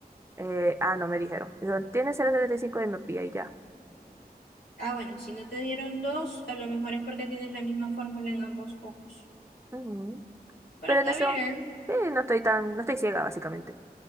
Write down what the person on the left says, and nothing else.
Ah, bueno, si no te dieron dos, a lo mejor es porque tienes la misma fórmula en ambos ojos.
Pero
está
bien,